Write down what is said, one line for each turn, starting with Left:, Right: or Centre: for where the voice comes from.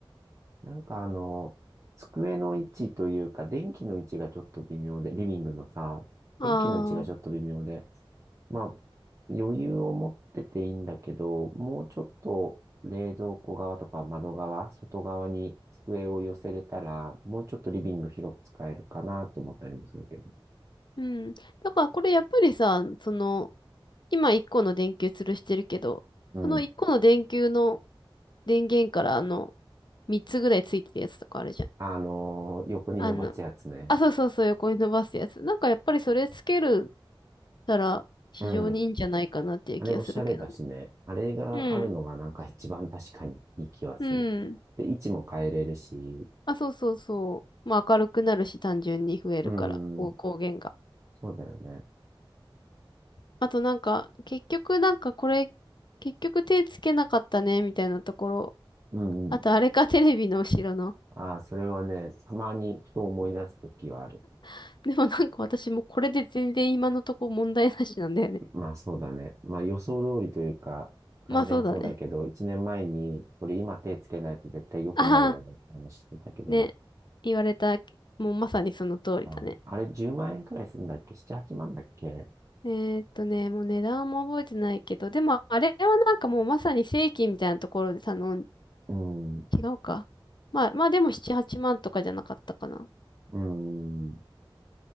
Right: なんかあの、机の位置というか、電気の位置がちょっと微妙で、リビングのさ、
Left: あ
Right: 電気の位置がちょっと微妙で、
Left: あ。
Right: まあ、余裕を持ってていいんだけど、もうちょっと冷蔵庫側とか窓側、外側に机を寄せれたら、もうちょっとリビング広く使えるかなと思ったりもするけど。
Left: うん。だからこれやっぱりさ、その、今1個の電球吊るしてるけど、
Right: うん。
Left: その1個の電球の電源からあの、3つぐらいついてるやつとかあるじゃん。
Right: あのー横に伸ばすやつね。
Left: あの、あ、そうそうそう、横に伸ばすやつ。なんかやっぱりそれつけるたら非常にいいんじゃないかなっていう気がするけどね。
Right: うん。あれおしゃれだしね。あれがあるのがなんか一番確かにいい気はする。
Left: うん。うん。
Right: で、位置も変えれるし、
Left: あ、そうそうそう。まあ明るくなるし単純に増えるから、
Right: うん、
Left: こう光源が。
Right: そうだよね。
Left: あとなんか、結局なんかこれ、結局手つけなかったね、みたいなところ。
Right: うんうん。
Left: あとあれか、テレビの後ろの。
Right: ああ、それはね、たまにふと思い出すときはある。
Left: <laughs> でもなんか私もこれで全然今のとこ問題なしなんだよね。
Right: まあそうだね。まあ予想通りというか、
Left: <laughs>
Right: 完全にそうだけど、
Left: まあそうだね。
Right: 一年前に、これ今手つけないと絶対良くなるよねって話してたけど、
Left: ああ、ね。言われた、もうまさにその通りだね。
Right: ああれ10万円くらいするんだっけ ?7、8万だっけ
Left: えーっとね、もう値段も覚えてないけど、でもあれはなんかもうまさに正規みたいなところで頼ん、
Right: うん、
Left: 違うか。まあまあでも7、8万とかじゃなかったかな。
Right: うん、